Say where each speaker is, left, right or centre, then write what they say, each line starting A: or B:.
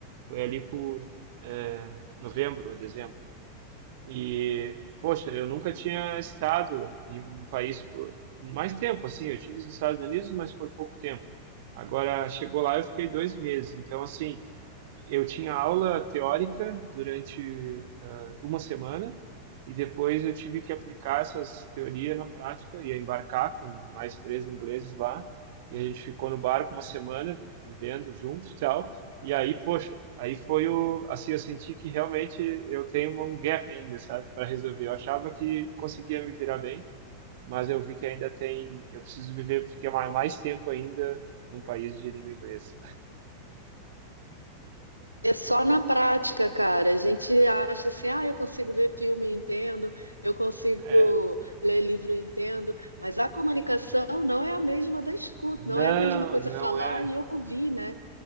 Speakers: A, on the right; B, on the right.
A: Foi ali por é, novembro, dezembro. E, poxa, eu nunca tinha estado em um país por mais tempo, assim. Eu estive nos Estados Unidos, mas foi pouco tempo. Agora, chegou lá, eu fiquei dois meses. Então, assim, eu tinha aula teórica durante ah, uma semana e depois eu tive que aplicar essas teorias na prática, ia embarcar com mais três ingleses lá e a gente ficou no barco uma semana vivendo juntos e tal. E aí, poxa, aí foi o assim eu senti que realmente eu tenho um gap ainda, sabe, para resolver. Eu achava que conseguia me virar bem, mas eu vi que ainda tem, eu preciso viver, ficar mais mais tempo ainda num país de língua inglesa.
B: É só na prática, cara. A gente acha assim, ah, eu consigo ver filme, e entendo, eu consigo
A: É,
B: ler livro, e entendo, mas a comunicação não é a mesma da escuta,
A: Não,
B: não é a mesma coisa
A: não
B: falar
A: é.
B: e ouvir, né?